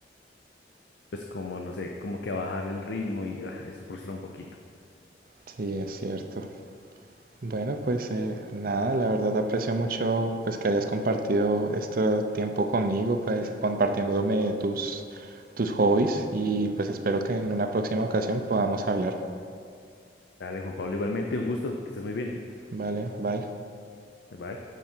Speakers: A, on the left; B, on the right.
A: pues como, no sé, como que a bajar el ritmo y ah, eso frustra un poquito.
B: Sí, es cierto. Bueno, pues eh, nada, la verdad aprecio mucho pues que hayas compartido este tiempo conmigo, pues compartiéndome tus tus hobbies y pues espero que en una próxima ocasión podamos hablar.
A: Dale, Juan Pablo, igualmente, un gusto, que estés muy bien.
B: Vale, bye.
A: Bye.